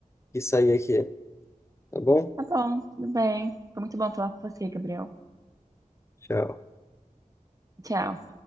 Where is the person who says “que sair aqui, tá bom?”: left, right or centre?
Left